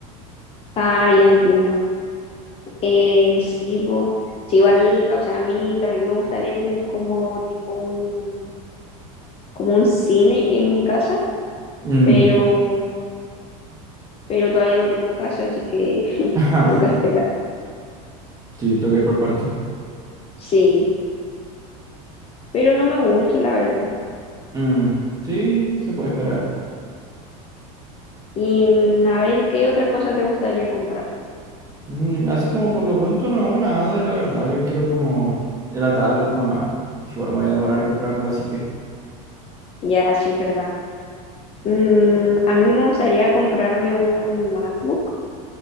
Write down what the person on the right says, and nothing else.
Mm.
<laughs>
Sí, toca ir por parte.
Mm. Sí, se puede esperar.
Mm, así como por lo pronto no, nada, y la verdad, yo quiero como de la tablet nomás. que Igual me voy a demorar en comprármela, así que...